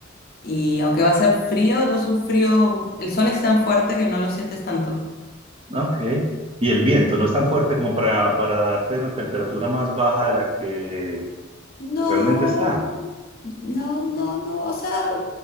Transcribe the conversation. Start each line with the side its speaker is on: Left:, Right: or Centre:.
Left: y aunque va a ser frío, no es un frío, el sol es tan fuerte que no lo sientes tanto.
Right: Ok. Y el viento no es tan fuerte como para, para darte una temperatura más baja de la que
Left: No,
Right: realmente está.
Left: no, no, no, o sea,